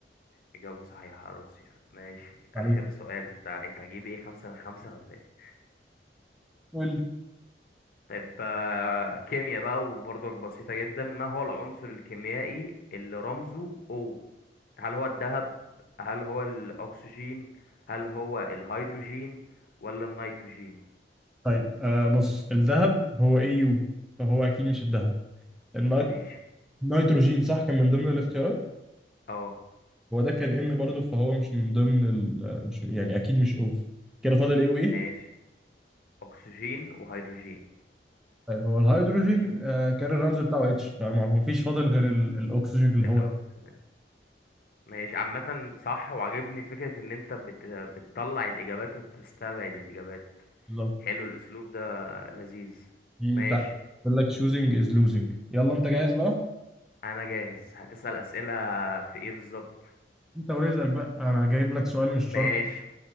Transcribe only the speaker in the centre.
عليك
قول لي
طيب آه بص الذهب هو اي يو فهو أكيد مش الذهب الني-
النيتروجين صح كان من ضمن الاختيارات
هو ده كان ان برضه فهو مش من ضمن ال... آه، مش يعني أكيد مش اوف كده فاضل ايه وايه
طيب هو الهيدروجين آه، كان الرمز بتاعه اتش فما ما فيش فاضل غير ال- الاكسجين اللي
هو
بالظبط
دي
بتاع بيقول لك choosing is losing يلا انت جاهز بقى
انت ورزقك بقى انا جايب لك سؤال مش
شرط